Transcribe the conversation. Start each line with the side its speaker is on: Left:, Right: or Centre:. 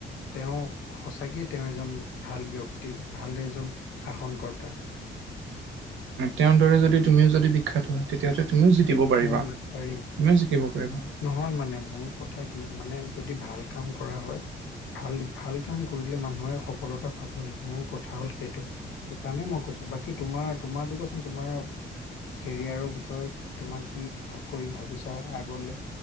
Left: তেওঁ সঁচাকেই তেওঁ এজন ভাল ব্যক্তি ভাল এজন শাসনকৰ্তা
Right: তেওঁৰ দৰে যদি তুমিও যদি বিখ্যাত হোৱা তেতিয়াহ'লে তুমিও জকিব পাৰিবা
Left: উম পাৰি
Right: তুমিও জিকিব পাৰিবা
Left: নহয় মানে মোৰ কথা কি মানে যদি ভাল কাম কৰা হয় ভাল ভাল কাম কৰিলে মানুহে সফলতা পাবই মোৰ কথা হ'ল সেইটো। সেইকাৰণে মই কৈছোঁ বাকী তোমাৰ তোমাটো কোৱাচোন তোমাৰ কেৰিয়াৰৰ বিষয়ে তোমাক কি ভাল কৰিম ভাবিছোঁ। বা আগলৈ